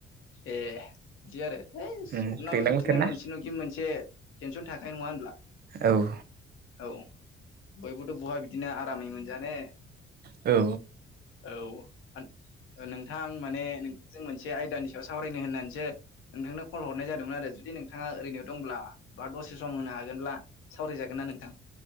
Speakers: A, on the left (about 75°); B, on the right (about 50°).
A: ए बिदि आरो ओइ सपनाबो
B: उम दैज्लां
A: बिदिनो
B: बोथोर ना
A: मोनसे न'खि मोनसे टेनसन थाखायानाय नङा होनब्ला
B: औ
A: औ बयबोथ' बहा बिदिनो आरामै मोनजा नो
B: औ
A: औ नोंथां माने नोंथांजों मोनसे आयदानि बेयाव सावरायनो होननानैसो नोंथांनो कल हरनाय जादोंमोन आरो जुदि नोंथाङा ओरैनो दंब्ला बा दसे सम होनो हागोनब्ला सावरायजागोन नना नोंथां